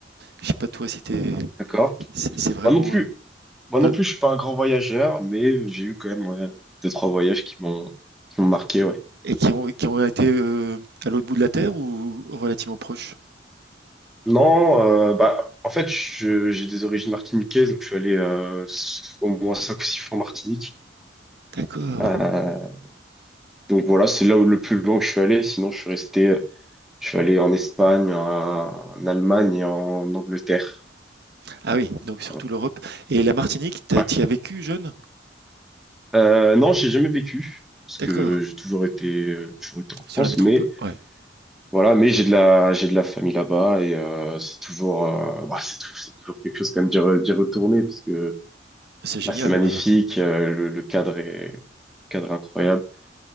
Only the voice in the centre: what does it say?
D'accord.
Moi non plus,
moi
non plus, je suis pas un grand voyageur, mais j'ai eu quand même ouais, deux, trois voyages qui m'ont qui m'ont marqué, ouais.
Non, euh, bah en fait, je- j'ai des origines martiniquaises, donc je suis allé euh, s- au moins cinq ou six fois en Martinique.
Euh, donc voilà, c'est là où le plus loin que je suis allé. Sinon, je suis resté, je suis allé en Espagne, en, en Allemagne et en Angleterre.
Voilà.
Ouais.
Euh, non, j'ai jamais vécu parce
que j'ai toujours été, euh, toujours été en
France,
mais
Voilà, mais j'ai de la, j'ai de la famille là-bas et euh, c'est toujours, euh, bah, c'est tou- c'est toujours quelque chose quand même d'y re- d'y retourner parce que
bah, c'est magnifique,
euh, le, le cadre est, le cadre est incroyable.